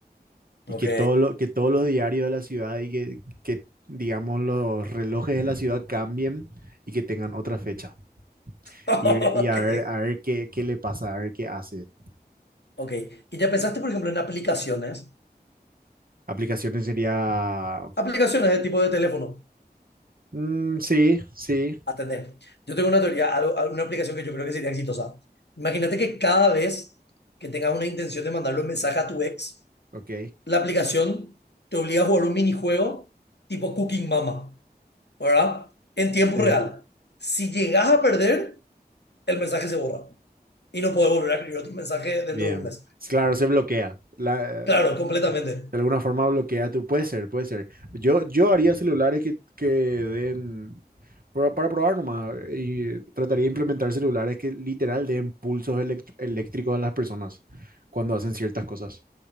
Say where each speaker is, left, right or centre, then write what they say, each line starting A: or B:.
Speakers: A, on the right; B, on the left.
A: Y
B: Ok.
A: que, todo lo, que todos los diarios de la ciudad y que, que, digamos, los relojes de la ciudad cambien y que tengan otra fecha
B: <laughs>
A: y, ve- y a ver,
B: Ok.
A: a ver qué, qué le pasa, a ver qué hace.
B: Ok. ¿Y ya pensaste, por ejemplo, en aplicaciones?
A: Aplicaciones sería...
B: Aplicaciones de tipo de teléfono.
A: mm, sí, sí,
B: Atender. Yo tengo una teoría, algo- una aplicación que yo creo que sería exitosa. Imagínate que cada vez que tengas una intención de mandarle un mensaje a tu ex,
A: ok,
B: la aplicación te obliga a jugar un minijuego tipo Cooking Mama, ¿verdad? En tiempo
A: sí.
B: real. Si llegas a perder, el mensaje se borra y no puedes volver a escribir otro mensaje dentro
A: Bien.
B: de un mes.
A: Es Claro, se bloquea. La,
B: Claro, completamente.
A: de alguna forma bloquea tu. Puede ser, puede ser. Yo, yo haría celulares que, que den. para Para probar nomás. Y trataría de implementar celulares que literal den pulsos elect- eléctricos a las personas cuando hacen ciertas cosas.